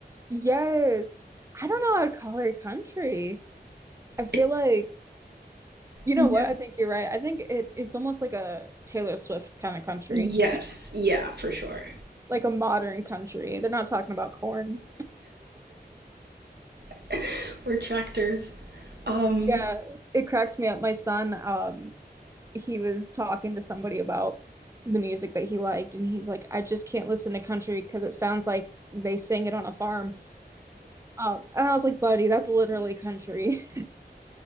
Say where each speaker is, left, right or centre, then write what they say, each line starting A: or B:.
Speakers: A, on the right; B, on the right.
A: yes. I don't know. I'd call her country. I feel
B: It's
A: like You
B: yeah.
A: know what? I think you're right. I think it it's almost like a Taylor Swift kind of country,
B: Yes, yeah, for sure.
A: like a modern country. They're not talking about corn.
B: <laughs> or tractors. Um,
A: Yeah, it cracks me up. My son, um, he was talking to somebody about the music that he liked, and he's like, "I just can't listen to country because it sounds like they sing it on a farm." Um, and I was like, "Buddy, that's literally country." <laughs>